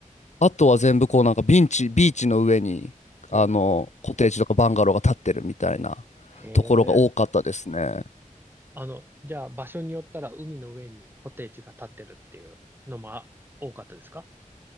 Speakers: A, on the left (about 60°); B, on the right (about 15°).
A: あとは全部こうなんかビンチ、ビーチの上に、
B: うん、
A: あの、コテージとかバンガローが建ってるみたいなところが多かったですね。
B: へえ。あの、じゃあ場所によったら海の上にコテージが建ってるっていうのもあ多かったですか